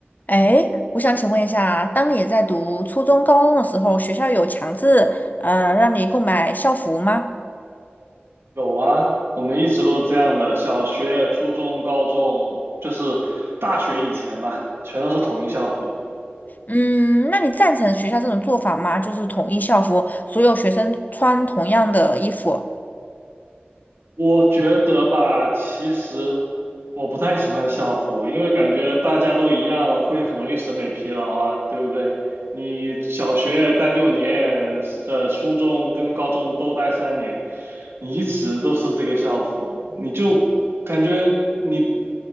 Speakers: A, on the left; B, on the right.
A: 哎，我想请问一下，当你在读初中、高中的时候，学校有强制呃让你购买校服吗？
B: 有啊，我们一直都是这样的，小学、初中、高中，就是大学以前吧，全都是统一校服的。
A: 嗯，那你赞成学校这种做法吗？就是统一校服，所有学生穿同样的衣服，
B: 我觉得吧，其实我不太喜欢校服，因为感觉大家都一样，会很容易审美疲劳啊，对不对？你小学待六年，呃，初中跟高中都待三年，你一直都是这个校服，你就感觉你，